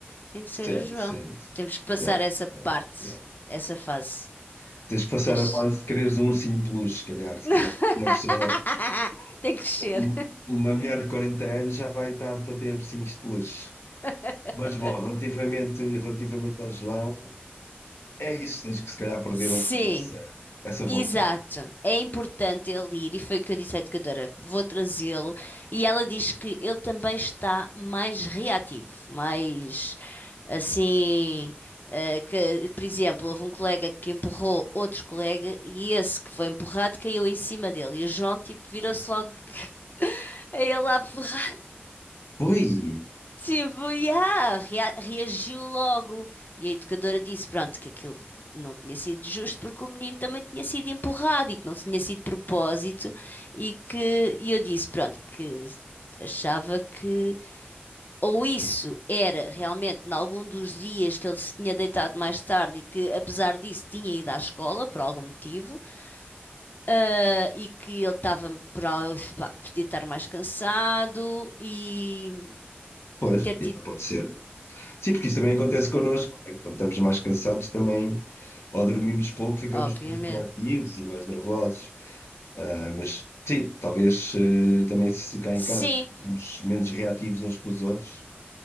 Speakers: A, on the left; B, on the left.
A: Tem que ser
B: Certo,
A: o João.
B: certo,
A: Temos que passar
B: certo,
A: essa
B: certo.
A: parte,
B: certo.
A: essa fase.
B: Tens que passar
A: das-
B: a fase de quereres um ursinho de peluche, se calhar, se
A: <laughs>
B: calhar. Uma pessoa,
A: Tem que ser.
B: um- uma mulher de 40 anos já vai tarde para ter ursinhos de peluche.
A: <laughs>
B: Mas bom, relativamente, relativamente ao João, é isso, tens que se calhar perder
A: Sim.
B: um bocado essa, essa vontade.
A: Exato, é importante ele ir, e foi o que eu disse à educadora: vou trazê-lo. E ela diz que ele também está mais reativo, mais assim. eh, que, por exemplo, houve um colega que empurrou outro colega e esse que foi empurrado caiu em cima dele. E o João, tipo, virou-se logo <laughs> a ele a empurrar.
B: Por aí,
A: Tipo, yeah, rea- reagiu logo. E a educadora disse, pronto, que aquilo não tinha sido justo porque o menino também tinha sido empurrado e que não tinha sido de propósito e que e eu disse, pronto, que achava que ou isso era realmente em algum dos dias que ele se tinha deitado mais tarde e que apesar disso tinha ido à escola por algum motivo, ah, e que ele estava por al- pá, podia estar mais cansado e
B: pois,
A: ter tido,
B: é, pode ser. Sim, porque isso também acontece connosco. né? Quando estamos mais cansados também, ou dormimos pouco, ficamos
A: obviamente
B: mais reativos e mais nervosos. Ah, mas sim, talvez eh, também se cá
A: Sim,
B: em casa ficamos menos reativos uns com os outros,